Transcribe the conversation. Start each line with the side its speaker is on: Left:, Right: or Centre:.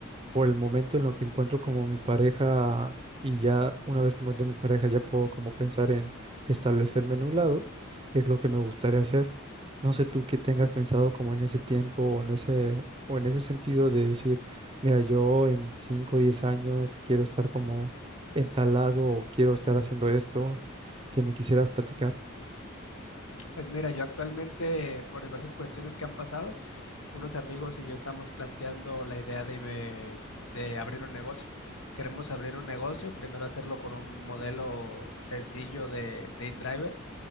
Right: por el momento en lo que encuentro como mi pareja y ya una vez que encuentro mi pareja ya puedo como pensar en establecerme en un lado, es lo que me gustaría hacer. No sé tú qué tengas pensado como en ese tiempo o en ese, o en ese sentido de decir, mira, yo en cinco o 10 años quiero estar como entalado o quiero estar haciendo esto, que me quisieras platicar.
Left: Pues mira, yo actualmente, por diversas cuestiones que han pasado, unos amigos y yo estamos planteando la idea de, eh, de abrir un negocio. Queremos abrir un negocio, primero hacerlo con un modelo sencillo de, de InDriver,